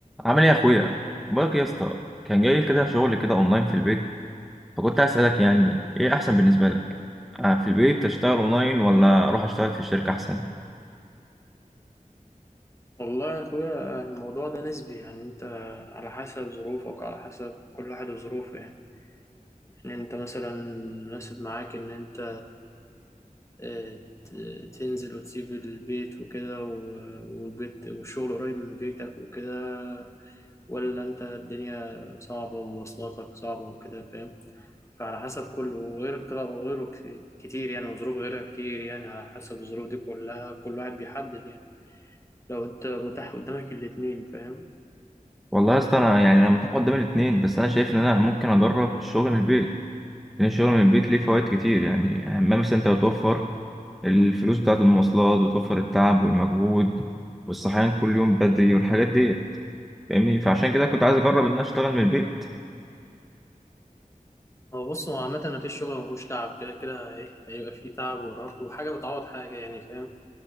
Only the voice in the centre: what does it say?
عامل ايه يا اخويا بقولك إيه يا اسطى كان جاي لي كده شغل كده اونلاين في البيت فكنت عايز اسالك يعني ايه احسن بالنسبه لك آه في البيت تشتغل اونلاين ولا اروح اشتغل في الشركه احسن
والله يا اسطى انا يعني انا متاح قدام الاثنين بس انا شايف ان انا ممكن اجرب الشغل من البيت لان الشغل من البيت ليه فوائد كتير يعني اهمها مثلا انت بتوفر الفلوس بتاعه المواصلات وتوفر التعب والمجهود والصحيان كل يوم بدري والحاجات دي فاهمني فعشان كده كنت عايز اجرب ان انا اشتغل من البيت